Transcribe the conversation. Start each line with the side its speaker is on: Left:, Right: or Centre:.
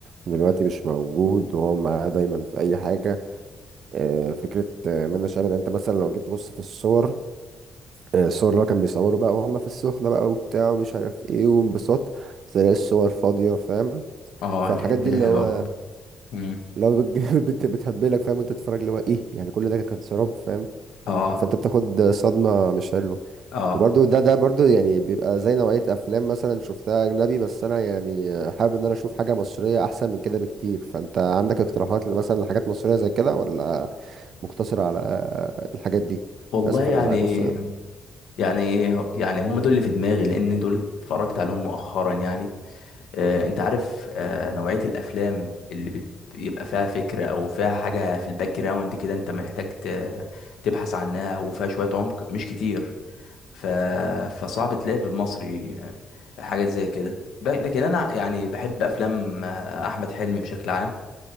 Right: دلوقتي مش موجود وهو معاه دايما في اي حاجه آه، فكرة آه، منة شلبي يعني انت مثلا لو جيت تبص في الصور آه، الصور اللي هو كان بيصوره بقى وهم في السخنة بقى وبتاع ومش عارف ايه وانبساط تلاقي الصور فاضية فاهم
Left: اه
Right: فالحاجات
Left: الحتة
Right: دي
Left: دي
Right: اللي
Left: حلوة
Right: هو
Left: برضه مم.
Right: اللي هو بتج- <laughs> بت- بتهبلك فاهم وانت تتفرج اللي هو ايه يعني كل ده كان سراب فاهم
Left: اه
Right: فانت بتاخد صدمة مش حلوة
Left: اه
Right: وبرده ده ده برده يعني بيبقى زي نوعية افلام مثلا شفتها اجنبي بس انا يعني حابب ان انا اشوف حاجة مصرية احسن من كده بكتير فانت عندك اقتراحات مثلا لحاجات مصرية زي كده ولا مقتصر على الحاجات دي
Left: والله
Right: اسف
Left: يعني
Right: على الازعاج والسلام
Left: يعني يعني هم دول اللي في دماغي لان دول اتفرجت عليهم مؤخرا يعني آه انت عارف آه نوعية الافلام اللي بت- بيبقى فيها فكرة او فيها حاجة في الباك جراوند كده انت محتاج ت- تبحث عنها وفيها شوية عمق مش كتير ف... فصعب تلاقي في المصري آه، حاجات زي كده ب... لكن انا يعني بحب افلام آه، احمد حلمي بشكل عام